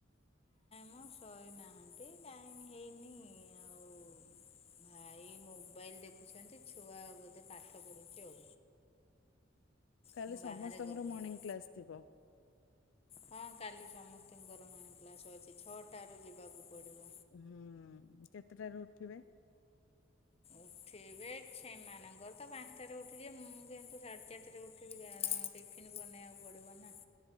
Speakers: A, on the left; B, on the left.
A: ହଁ ଶୋଇନାହାନ୍ତି ଟାଇମ ହେଇନି ଆଉ। ଭାଇ ମୋବାଇଲ ଦେଖୁଛନ୍ତି ଛୁଆ ବୋଧେ ପାଠ ପଢୁଚି ଆଉ।
B: କାଲି
A: ମୁଁ
B: ସମସ୍ତଙ୍କର
A: ବାହାରେ ଗପୁଛି
B: ମର୍ଣ୍ଣିଂ କ୍ଲାସ୍ ଥିବ।
A: ହଁ କାଲି ସମସ୍ତଙ୍କର ମାଣିକ୍ଲାସ ଅଛି ଛଅଟା ରୁ ଯିବାକୁ ପଡିବ।
B: ହୁଁ କେତେଟାରୁ ଉଠିବେ?
A: ଉଠିବେ ଛେମାନଙ୍କର ତ ପାଞ୍ଚଟାରେ ଉଠିଯିବେ ମୁଁ କିନ୍ତୁ ସାଢେ ଚାରିଟାରେ ଉଠିବି ଗାଁ କଣ ଟିଫିନ ବନେଇବାକୁ ପଡିବ ନା।